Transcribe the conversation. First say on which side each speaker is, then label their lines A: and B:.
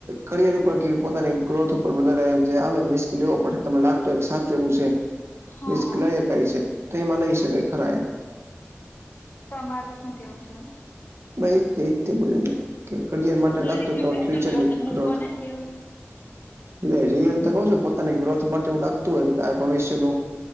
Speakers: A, on the right; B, on the left.
A: કરિયર ઉપર કે પોતાની ગ્રોથ ઉપર વધારે જે મે રિસ્ક લેવો પડે તમે લાગતું એ સાચવવું છે.
B: હા
A: રિસ્ક લઈ એ શકાય છે તો એમાં લઈ શકાય ખરા એમ
B: તમારું શું કહેવું છે.
A: ભાઈ તે બોલ્યું હું કે કરિયર માટે
B: મારે
A: લાગતું
B: કપ્યું
A: કે ફ્યુચરની
B: તમારું તમે
A: ગ્રોથ
B: કોને રિયલ
A: એટલે રિયલ તો કઉું છ પોતાની ગ્રોથ માટેવું લાગતું હોય બ્રાઇટ ભવિષ્ય નું